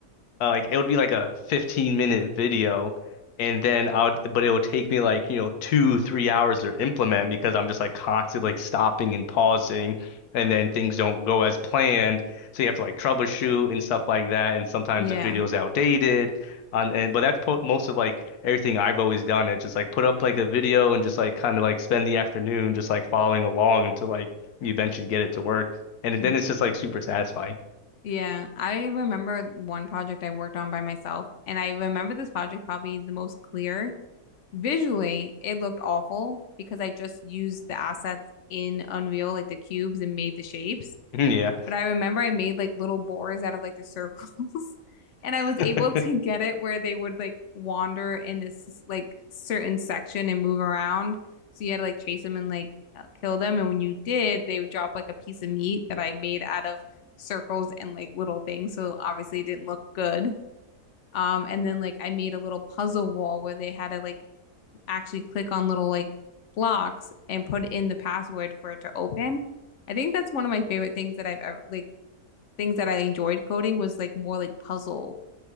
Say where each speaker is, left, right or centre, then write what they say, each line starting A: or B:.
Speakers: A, on the left; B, on the left.
A: uh, like it would be like a 15 minute video and then I would but it would take me like you know two three hours to implement because I'm just like constantly like stopping and pausing and then things don't go as planned so you have to like troubleshoot and stuff like that and sometimes
B: Yeah.
A: the video's outdated on and but that's po most of like everything I've always done It just like put up like a video and just like kind of like spend the afternoon just like following along until like you eventually get it to work and
B: And-
A: then it's just like super satisfying
B: yeah, I remember one project I worked on by myself, and I remember this project probably the most clear. Visually, it looked awful because I just used the assets in Unreal, like the cubes, and made the shapes.
A: <laughs> yeah
B: But I remember I made like little boars out of like the circles, <laughs> and I was
A: <laughs>
B: able to get it where they would like wander in this like certain section and move around. So you had to like chase them and like uh, kill them. And when you did, they would drop like a piece of meat that I made out of circles and like little things. So obviously it didn't look good. Um, and then like I made a little puzzle wall where they had to like actually click on little like blocks and put in the password for it to open. I think that's one of my favorite things that I've ever like things that I enjoyed coding was like more like puzzle,